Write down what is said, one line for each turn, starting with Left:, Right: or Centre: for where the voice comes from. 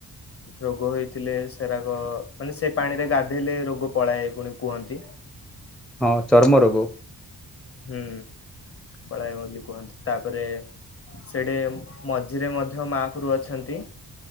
Left: ରୋଗ ହେଇଥିଲେ ସେରାକ ମାନେ ସେ ପାଣିରେ ଗାଧେଇଲେ ରୋଗ ପଳାଏ ପୁଣି କୁହନ୍ତି।
Centre: ହଁ ଚର୍ମ ରୋଗ।
Left: ହୁଁ ପଳାଏ ବୋଲି କୁହନ୍ତି ତାପରେ ସେଠେ ମଝିରେ ମଧ୍ୟ ମାପରୁ ଅଛନ୍ତି।